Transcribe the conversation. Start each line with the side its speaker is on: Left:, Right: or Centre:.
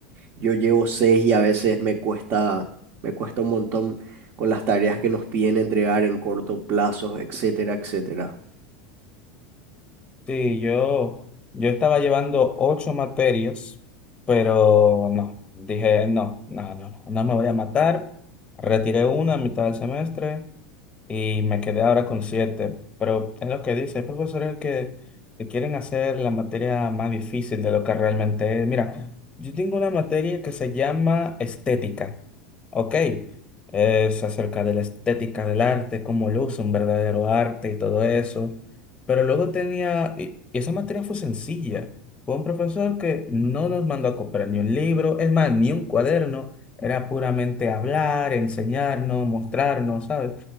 Right: yo llevo seis y a veces me cuesta, me cuesta un montón con las tareas que nos piden entregar en corto plazo, etcétera, etcétera.
Left: Sí, yo, yo estaba llevando ocho materias, pero no, dije, no, no, no, no, no me voy a matar. Retiré una a mitad del semestre. y me quedé ahora con siete. Pero es lo que dice, hay profesores que, que quieren hacer la materia más difícil de lo que realmente es. Mira, yo tengo una materia que se llama estética, ¿ok? Es acerca de la estética del arte, cómo luce un verdadero arte y todo eso. Pero luego tenía, y y esa materia fue sencilla. Fue un profesor que no nos mandó a comprar ni un libro, es más, ni un cuaderno. Era puramente hablar, enseñarnos, mostrarnos, ¿sabes?